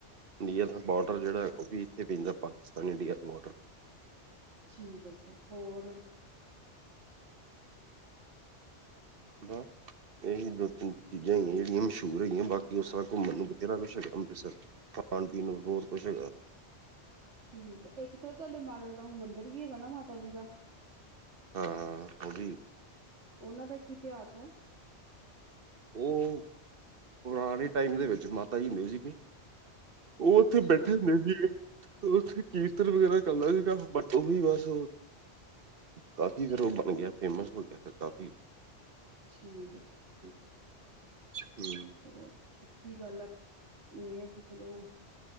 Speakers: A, on the right (about 55°); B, on the right (about 85°).
A: ਇੰਡੀਆ ਦਾ ਬਾਰਡਰ ਜਿਹੜਾ ਉਹ ਵੀ ਇੱਥੇ ਪੈਂ ਜਾਂਦਾ ਪਾਕਿਸਤਾਨ ਇੰਡੀਆ ਦਾ ਬਾਰਡਰ।
B: ਠੀਕ ਹੈ ਸਰ ਹੋਰ? <inaudible>
A: ਬਸ ਇਹੀ ਦੋ ਤਿੰਨ ਚੀਜ਼ਾਂ ਹੈਗੀਆਂ ਜਿਹੜੀਆਂ ਮਸ਼ਹੂਰ ਹੈਗੀਆਂ। ਬਾਕੀ ਕਿ ਉਸ ਸਾਰਾ ਘੁੰਮਣ ਨੂੰ ਬਥੇਰਾ ਕੁਛ ਹੈਗਾ ਅੰਮ੍ਰਿਤਸਰ ਖਾਣ ਪੀਣ ਨੂੰ ਬਹੁਤ ਕੁਛ ਹੈਗਾ।
B: ਠੀਕ ਹੈ ਇੱਕ ਸਰ ਤੁਹਾਡੇ ਮਾਡਲ ਟਾਊਨ ਮੰਦਿਰ ਵੀ ਹੈਗਾ ਨਾ ਮਾਤਾ ਜੀ ਦਾ।
A: ਹਾਂ ਉਹ ਵੀ ਹੈ।
B: ਉਹਨਾਂ ਦਾ ਕੀ ਇਤਿਹਾਸ ਹੈ।
A: ਉਹ ਪੁਰਾਣੇ ਟਾਈਮ ਦੇ ਵਿੱਚ ਮਾਤਾ ਜੀ ਹੁੰਦੇ ਸੀਗੇ ਉਹ ਉੱਥੇ
B: ਅੱਛਾ
A: ਬੈਠੇ ਹੁੰਦੇ ਸੀਗੇ ਉੱਥੇ ਕੀਰਤਨ ਵਗੈਰਾ ਚੱਲਦਾ ਸੀਗਾ ਬ ਉਹੀ ਬਸ ਕਾਫੀ ਫਿਰ ਉਹ ਬਣ ਗਿਆ ਫੇਮਸ ਹੋ ਗਿਆ। ਫਿਰ ਕਾਫੀ
B: ਠੀਕ ਹੈ ਸਰ। ਠੀਕ
A: ਹਮ
B: ਚਲੋ ਅਛੀ ਗੱਲ ਆ ਇਹ ਹੈ ਕਿ ਚਲੋ